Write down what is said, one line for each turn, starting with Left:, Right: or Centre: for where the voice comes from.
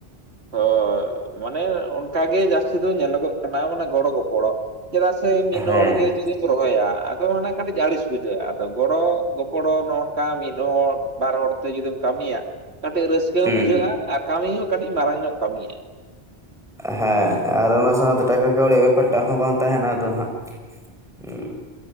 Right: ᱦᱳ ᱢᱟᱱᱮ ᱚᱱᱠᱟᱜ ᱜᱮ ᱡᱟᱹᱥᱛᱤ ᱫᱚ ᱧᱮᱞᱚᱜᱚᱜ ᱠᱟᱱᱟ ᱢᱟᱱᱮ ᱜᱚᱲᱚ ᱜᱚᱯᱚᱲᱚ᱾ ᱪᱮᱫᱟᱜ ᱥᱮ ᱢᱤᱫ
Centre: ᱦᱮᱸ
Right: ᱦᱟᱲ ᱜᱮ ᱡᱩ ᱫᱤᱢ ᱨᱚᱦᱚᱭᱟ ᱟᱫᱚ ᱚᱱᱮ ᱠᱟᱹᱴᱤᱡ ᱟᱹᱲᱤᱥ ᱵᱩᱡᱷᱟᱹᱜᱼᱟ ᱟᱫᱚ ᱜᱚᱲᱚ ᱜᱚᱯᱚᱲᱚ ᱱᱚᱝᱠᱟ ᱢᱤᱫ ᱦᱚᱲᱚ ᱵᱟᱨ ᱦᱚᱲᱛᱮ ᱡᱩᱫᱤᱢ ᱠᱟᱹᱢᱤᱭᱟ ᱠᱟᱹᱴᱤᱡ ᱨᱟᱹᱥᱠᱟᱹ
Centre: ᱦᱩᱸ
Right: ᱦᱚᱸ ᱵᱩᱡᱷᱟᱹᱜᱼᱟ
Centre: ᱦᱩᱸ
Right: ᱟᱨ ᱠᱟᱹᱢᱤ ᱦᱚᱸ ᱠᱟᱹᱴᱤᱡ ᱢᱟᱨᱟᱝ ᱧᱚᱜ ᱠᱟᱹᱢᱤᱜᱼᱟ᱾
Centre: ᱦᱮᱸ, ᱟᱨ ᱚᱱᱟ ᱥᱟᱶᱛᱮ ᱴᱟᱠᱟ ᱠᱟᱹᱣᱲᱤ ᱵᱮᱯᱟᱨ ᱴᱟᱜ ᱦᱚᱸ ᱵᱟᱝ ᱛᱟᱦᱮᱱᱟ ᱟᱫᱚ ᱦᱟᱸᱜ <inaudible>